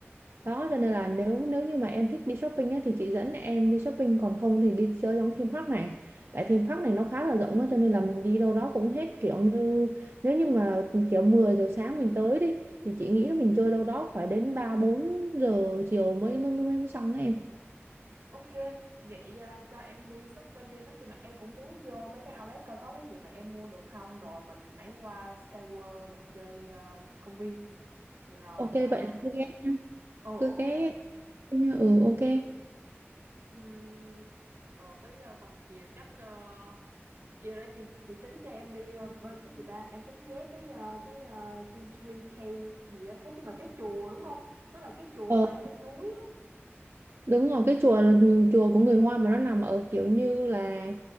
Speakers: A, on the right; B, on the right.
A: đó cho nên là nếu nếu như mà em thích đi shopping á, thì chị dẫn em đi shopping còn không thì đi chơi trong cái theme park này tại theme park này nó khá là rộng á, cho nên là mình đi đâu đó cũng hết kiểu như nếu như mà kiểu 10 giờ sáng mình tới đi thì chị nghĩ là mình chơi đâu đó phải đến 3 4 giờ chiều mới mới, mới, mới xong á em
B: Ok, vậy à, cho em đi shopping đi. Nói chung là em cũng muốn vô mấy cái outlet coi có cái gì mà em mua được không. Rồi mình hãy qua Skyworld mình chơi à, công viên. Rồi,
A: ok
B: ờ,
A: vậy là cứ ghé
B: ờ,
A: cứ
B: ok.
A: ghé ừ ok
B: Ừm, rồi tới à, tầm chiều chắc ờ, chiều nãy chị chị tính cho em đi ờ, bên cái gì ta em tính ghé cái ờ, cái uh, Chinsui Cave gì á nói chung là cái chùa đúng không nó là cái chùa
A: Ờ,
B: hoa trên núi á
A: Đúng rồi, cái chùa chùa của người Hoa mà nó nằm ở kiểu như là